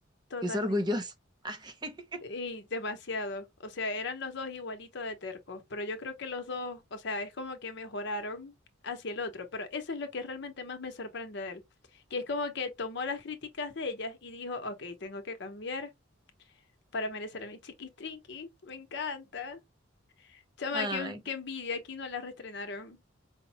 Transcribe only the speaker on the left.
totalmente.
Y demasiado. O sea, eran los dos igualitos de tercos, pero yo creo que los dos, o sea, es como que mejoraron hacia el otro, pero eso es lo que realmente más me sorprende de él, que es como que tomó las críticas de ellas y dijo, ok, tengo que cambiar para merecer a mi chiquis triqui, me encanta. Chama,
qué, qué envidia, aquí no la restrenaron.